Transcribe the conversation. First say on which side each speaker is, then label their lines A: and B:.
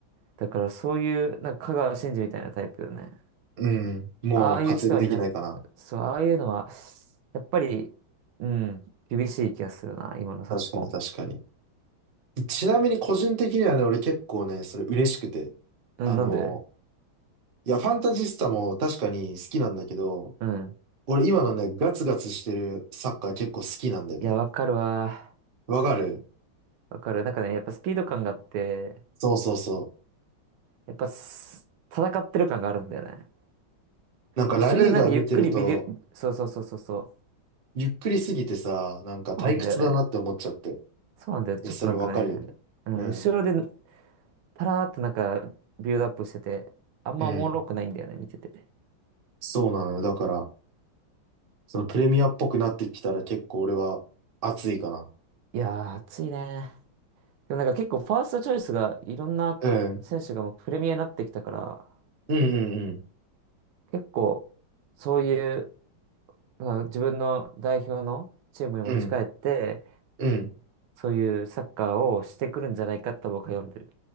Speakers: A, on the right; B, on the right.
A: だからそういう、なんか香川真司みたいなタイプよね。
B: うん。もう活躍できないかな。
A: ああいう人はいな、そう、ああいうのは、やっぱり、うん、厳しい気がするな、今の昨今。
B: 確かに確かに。ちなみに個人的にはね、俺結構ね、それ嬉しくて。
A: うん、
B: あの、
A: なんで
B: いや、ファンタジスタも確かに好きなんだけど、
A: うん。
B: 俺今のね、ガツガツしてるサッカー結構好きなんでね。
A: いや、わかるわ。
B: わかる
A: わかる。なんかね、やっぱスピード感があって、
B: そうそうそ
A: やっぱす、戦ってる感があるんだよね。
B: う。なんかラリーガ見てると、
A: 後ろでなんかゆっくりビデ、そうそうそうそうそう。
B: ゆっくりすぎてさ、なんか退屈だなって思っちゃって。
A: そうなんだよね。そうなんだよ。ちょっとなんかね、
B: いや、それわかるよね。
A: うん、
B: うん。
A: 後ろで、タラーっとなんか、ビルドアップしてて、あんまおもろくないんだよね、
B: うん。
A: 見てて。
B: そうなのよ。だから、そのプレミアっぽくなってきたら結構俺は熱いかな。
A: いやー、暑いね。でもなんか結構ファーストチョイスがいろんな選手がもうプレミアになってきたから、
B: うん。うんうん
A: 結構そういう、まあ、自分の代表のチームに持ち帰って、
B: うん。うん。うん。
A: そういうサッカーをしてくるんじゃないかと僕は読んでる。